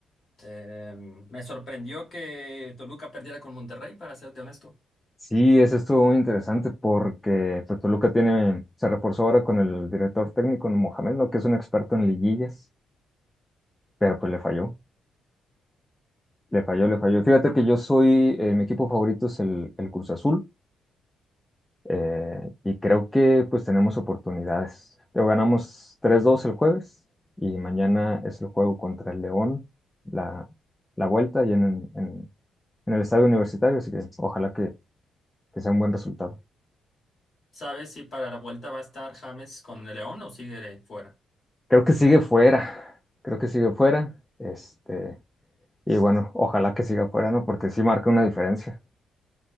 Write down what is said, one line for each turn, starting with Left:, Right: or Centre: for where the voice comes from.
Left: eh, me sorprendió que Toluca perdiera con Monterrey, para serte honesto.
Centre: Sí, eso estuvo muy interesante porque pues, Toluca tiene, se reforzó ahora con el director técnico Mohamed, ¿no? que es un experto en liguillas, pero pues le falló, le falló, le falló. Fíjate que yo soy, eh, mi equipo favorito es el, el Cruz Azul, Eh, y creo que pues tenemos oportunidades. Lo ganamos tres dos el jueves y mañana es el juego contra el León, la, la vuelta y en, en- en el estadio universitario, así que ojalá que, que sea un buen resultado.
Left: ¿Sabes si para la vuelta va a estar James con el León o sigue fuera?
Centre: Creo que sigue fuera, creo que sigue fuera, este, y bueno, ojalá que siga fuera, ¿no? Porque sí marca una diferencia.